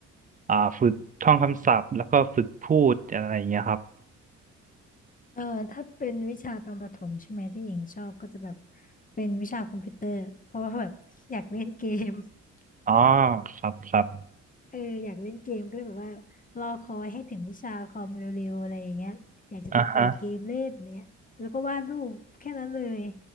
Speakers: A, on the right; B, on the left.
A: อ่าฝึกท่องคำศัพท์แล้วก็ฝึกพูดอะไรอย่างเงี้ยครับ
B: เออถ้าเป็นวิชาตอนประถมใช่ไหมที่หญิงชอบก็จะแบบเป็นวิชาคอมพิวเตอร์เพราะว่าแบบอยากเล่นเกม <laughs>
A: อ๋อครับครับ
B: เอออยากเล่นเกมก็เลยแบบว่ารอคอยให้ถึงวิชาคอมเร็วๆอะไรอย่างเงี้ยอยากจะไปเปิดเกมเล่นเนี้ยแล้วก็วาดรูปแค่นั้นเลย
A: อ่า